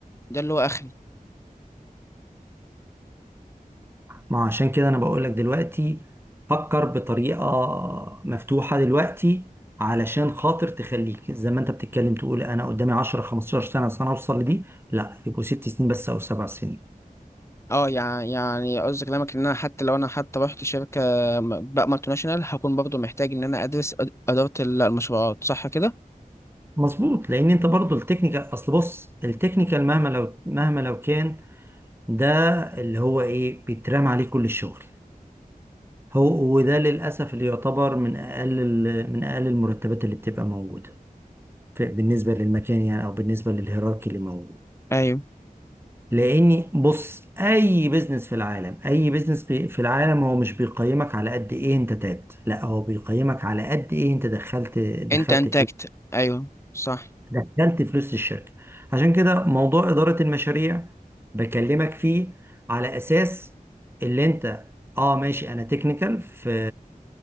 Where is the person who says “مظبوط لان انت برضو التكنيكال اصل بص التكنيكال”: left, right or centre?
Right